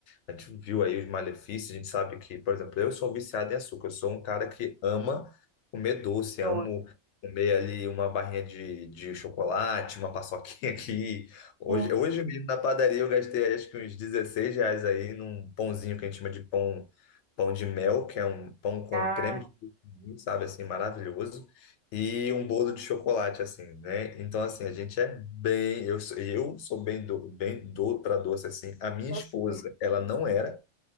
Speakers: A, on the left (about 70°); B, on the right (about 70°).
A: a gente viu aí os malefícios, a gente sabe que, por exemplo, eu sou viciado em açúcar, eu sou um cara que ama comer doce,
B: Doce.
A: amo comer ali uma barrinha de, de chocolate, uma paçoquinha aqui. Hoje,
B: Uhum.
A: hoje mesmo na padaria eu gastei acho que uns 16 reais aí num pãozinho que a gente chama de pão, pão de mel, que é um pão com
B: Ah,
A: creme de coco, sabe, assim, maravilhoso e um bolo de chocolate, assim, né? Então, assim, a gente é bem. Eu sou, eu sou bem do, bem do para doce, assim. A minha
B: você.
A: esposa, ela não era.